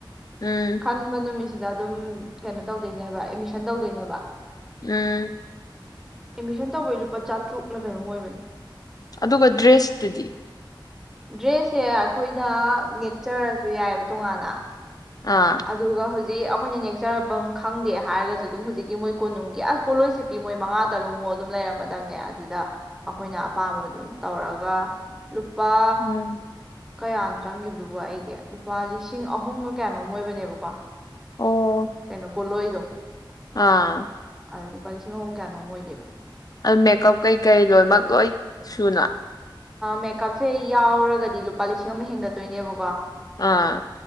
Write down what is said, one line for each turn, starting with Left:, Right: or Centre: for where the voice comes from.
Left: ꯎꯝ
Centre: ꯈꯟꯕꯅꯃꯤꯠ ꯁꯤꯗ ꯑꯗꯨꯝ ꯀꯩꯅꯣ ꯇꯧꯗꯣꯏꯅꯦꯕ ꯑꯦꯠꯃꯤꯁꯟ ꯇꯧꯗꯣꯏꯅꯦꯕ
Left: ꯎꯝ
Centre: ꯑꯦꯠꯃꯤꯁꯟ ꯇꯧꯕꯩ ꯂꯨꯄꯥ ꯆꯥꯇ꯭ꯔꯨꯛꯂ ꯀꯩꯅꯣꯝ ꯑꯣꯏꯕꯅꯤ
Left: ꯑꯗꯨꯒ ꯗ꯭ꯔꯦꯁꯇꯨꯗꯤ
Centre: ꯗ꯭ꯔꯦꯁꯁꯦ ꯑꯩꯈꯣꯏꯅ ꯅꯦꯛꯆꯔꯁꯨ ꯌꯥꯏꯑꯕ ꯇꯣꯉꯥꯟꯅ
Left: ꯑꯥ
Centre: ꯑꯗꯨꯒ ꯍ ꯍꯧꯖꯤꯛ ꯑꯩꯈꯣꯏꯅ ꯅꯦꯛꯆꯐꯝ ꯈꯪꯗꯦ ꯍꯥꯏꯔꯒꯁꯨ ꯑꯗꯨꯝ ꯍꯧꯖꯤꯛꯀꯤ ꯃꯣꯏ ꯀꯣꯅꯨꯡꯒꯤ ꯑꯁ ꯄꯣꯂꯣꯏꯁꯤꯦꯞꯄꯤ ꯃꯣꯏ ꯃꯉꯥ ꯇꯔꯨꯛꯃꯨꯛ ꯑꯗꯨꯝ ꯂꯩꯔꯝꯃꯗꯕꯅꯦ ꯑꯗꯨꯗ ꯑꯩꯈꯣꯏꯅ ꯑꯄꯥꯝꯕ ꯑꯗꯨꯝ ꯇꯧꯔꯒ ꯋꯥ
Left: ꯎꯝ
Centre: ꯀꯌꯥꯅ ꯆꯪꯈꯤꯕꯗꯨꯕ ꯑꯩꯒꯤ ꯂꯨꯄꯥ ꯂꯤꯁꯤꯡ ꯑꯍꯨꯝꯒ ꯀꯌꯥꯅꯣꯝ ꯑꯣꯏꯕꯅꯦꯕꯀꯣ
Left: ꯑꯣ
Centre: ꯀꯩꯅꯣ ꯄꯣꯂꯣꯏꯗꯣ
Left: ꯑꯥ
Centre: ꯑꯗꯣ ꯂꯨꯄꯥ ꯂꯤꯁꯤꯡ ꯑꯍꯨꯝ ꯀꯌꯥꯅꯣꯝ ꯑꯣꯏꯒꯕꯅꯤ
Left: ꯑꯗꯨ ꯃꯦꯀꯞ ꯀꯩꯀꯩ ꯂꯣꯏꯅꯃꯛ ꯂꯣꯏ ꯁꯨꯅ
Centre: ꯃꯦꯀꯞꯁꯦ ꯌꯥꯎꯔꯒꯗꯤ ꯂꯨꯄꯥ ꯂꯤꯁꯤꯡ ꯑꯃ ꯍꯦꯟꯒꯠꯇꯣꯏꯅꯦꯕꯀꯣ
Left: ꯑꯥ